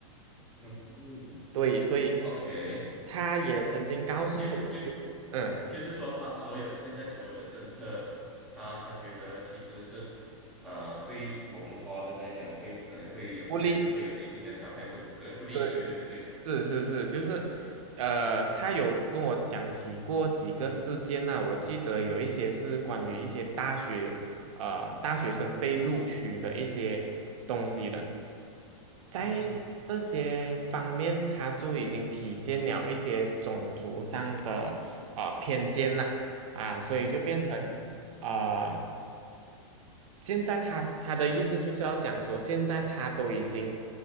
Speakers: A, in the centre; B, on the right.
A: 嗯哼
B: 对，所以
A: ，OK，
B: 他也曾经告诉我，
A: 就就
B: 就是嗯，
A: 就是说，他所有现在所有的政策，他他觉得其实是，呃，对我们华人来讲会，可能会有，
B: 不利。
A: 还是会有一定的伤害度，对不利，
B: 对。
A: 对对对对，
B: 是是是，就是，呃，他有跟我讲起过几个事件呐、我记得有一些是关于一些大学，呃，大学生被录取的一些东西的，在
A: 嗯哼，
B: 这些方面，他就已经体现了一些种族上的啊偏见呐、啊，所以就变成啊、
A: 嗯哼，
B: 呃现在他他的意思就是要讲说，现在他都已经